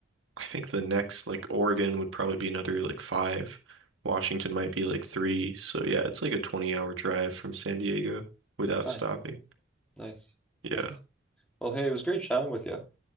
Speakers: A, on the right; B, in the centre.
A: I think the next like Oregon would probably be another like five. Washington might be like three. So yeah, it's like a 20 hour drive from San Diego without
B: Nice,
A: stopping.
B: nice,
A: Yeah.
B: nice. Well, hey, it was great chatting with you.